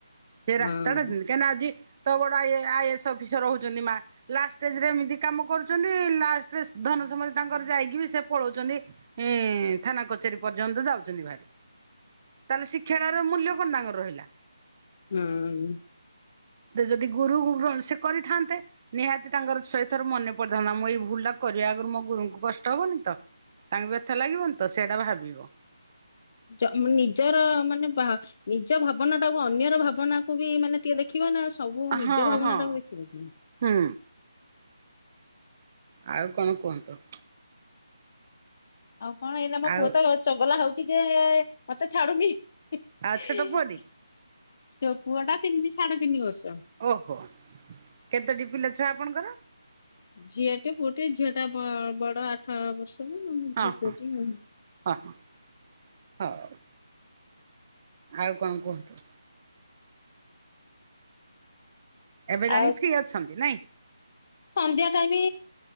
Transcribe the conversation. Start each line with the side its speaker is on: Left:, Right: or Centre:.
Right: ସେ
Left: ହଁ।
Right: ରାସ୍ତାଟା ଉଁ -କାହିଁନା ଆଜି ତ ବଡ ଆଇଏ- ଆଇଏସ୍ ଅଫିସର ହଉଚନ୍ତି ମା ଲାଷ୍ଟ୍ ଷ୍ଟେଜ୍ ରେ ଏମିତି କାମ କରୁଚନ୍ତି ଲାଷ୍ଟରେ ଧନ ସମ୍ପତ୍ତି ତାଙ୍କର ଯାଇକି ବି ସେ ପଳଉଚନ୍ତି ଇଁ- ଥାନା କଚେରୀ ପର୍ଯ୍ୟନ୍ତ ଯାଉଚନ୍ତି ଭାରି ତାହେଲେ ଶି କ୍ଷା ଟାର ମୂଲ୍ୟ କଣ ତାଙ୍କର ରହିଲା।
Left: ହୁଁ।
Right: ସେଯଦି ଗୁରୁଙ୍କୁ ଗ୍ରହଣ ସେ କରିଥାନ୍ତେ ନିହାତି ତାଙ୍କର ଶହେ ଥର ମନେ ପଡିଥାନ୍ତା ମୁଁ ଏଇ ଭୁଲ୍ ଟା କରିବା ଆଗରୁ ମୋ ଗୁରୁଙ୍କୁ କଷ୍ଟ ହବନି ତ ତାଙ୍କୁ ବ୍ୟଥା ଲାଗିବନି ତ ସେଟା ଭାବିବ।
Left: ଜ- ନିଜର ମାନେ ଭା -ନିଜ ଭାବନା ଟାକୁ ଅନ୍ୟର ଭାବନାକୁ ବି ମାନେ ଟିକେ ଦେଖ ଦେଖିବ ନା ସବୁ ନିଜ
Right: ହଁ
Left: ଭାବନା
Right: ହଁ
Left: ଟାକୁ ଦେଖିବ କି।
Right: ହୁଁ। ଆଉ କଣ କୁହନ୍ତୁ?
Left: ଆଉ କଣ ଏଇନା ମୋ
Right: ଆଉ
Left: ପୁଅ ତ ଚଗଲା ହଉଚି ଯେ ମତେ ଛାଡୁନି। ମୋ
Right: ଆଉ ଛୋଟ ପୁଅଟି
Left: ପୁଅଟା ତିନିି ସାଢେ ତିନି ବର୍ଷ।
Right: ଓହୋ କେତୋଟି ପିଲା ଛୁଆ ଆପଣଙ୍କର?
Left: ଝିଅ ଟେ ପୁଅଟେ ଝିଅ ଟା ବ- ବଡ ଆଠ ବର୍ଷର
Right: ହଁ
Left: ଝିଅ
Right: ହଁ
Left: ପୁଅ ଟି ଆଉ।
Right: ହଁ- ହଁ -ହଉ। ଆଉ କଣ କୁହନ୍ତୁ? ଏବେ ଯାଣି
Left: ଆଉ
Right: ଫ୍ରି ଅଛନ୍ତି ନାଇଁ?
Left: ସନ୍ଧ୍ୟା ଟାଇମି